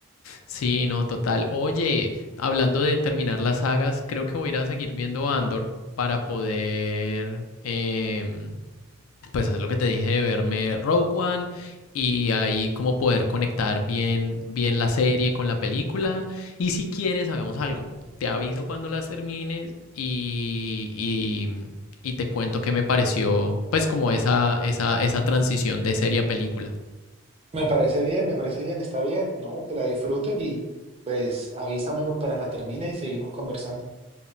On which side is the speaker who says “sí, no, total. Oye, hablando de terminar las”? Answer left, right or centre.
Left